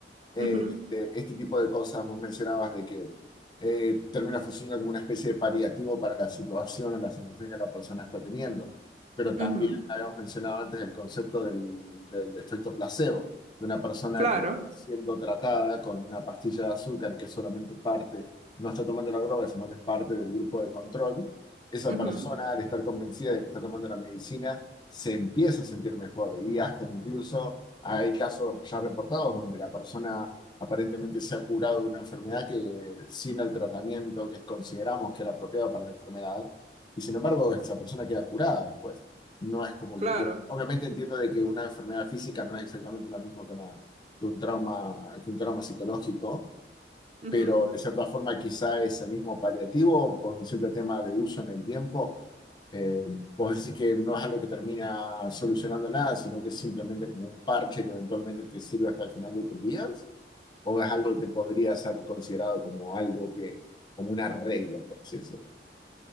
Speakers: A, on the left (about 25°); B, on the right (about 35°).
A: eh,
B: Ujú,
A: este, este tipo de cosas, vos mencionabas de que eh, termina funcionando como una especie de paliativo para la situación o la sensación que la persona está teniendo. Pero también
B: ujú,
A: habíamos mencionado antes el concepto del, del efecto placebo, de una persona
B: Claro,
A: que está siendo tratada con una pastilla de azúcar que es solamente parte, no está tomando la droga, sino que es parte del grupo de control. Esa
B: ujú,
A: persona, al estar convencida de que está tomando la medicina, se empieza a sentir mejor y hasta incluso hay casos ya reportados donde la persona aparentemente se ha curado de una enfermedad que sin el tratamiento que consideramos que era apropiado para la enfermedad, y sin embargo esa persona queda curada después. No es como
B: claro.
A: que queda- Obviamente entiendo de que una enfermedad física no es exactamente lo mismo que, una- que un trauma, que un trauma psicológico,
B: ujú.
A: pero de cierta forma quizá es el mismo paliativo por un simple tema de uso en el tiempo eh, vos decís que no es algo que termina solucionando nada, sino que es simplemente como un parche que eventualmente te sirve hasta el final de tus días, o es algo que podría ser considerado como algo que, como un arreglo, por así decirlo.